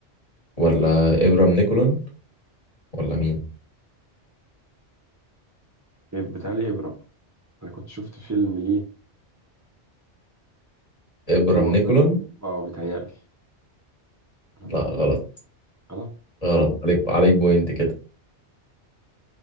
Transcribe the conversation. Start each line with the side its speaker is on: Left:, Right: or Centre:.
Left: ولا إبرام نيكولن ولا مين؟
Right: إيه، بيتهيألي إبرام أنا كنت شفت فيلم ليه
Left: إبرام
Right: هو
Left: نيكولن
Right: ب... آه بيتهيألي على ما
Left: لا
Right: أظن
Left: غلط
Right: غلط
Left: غلط عليك عليك بوينت كده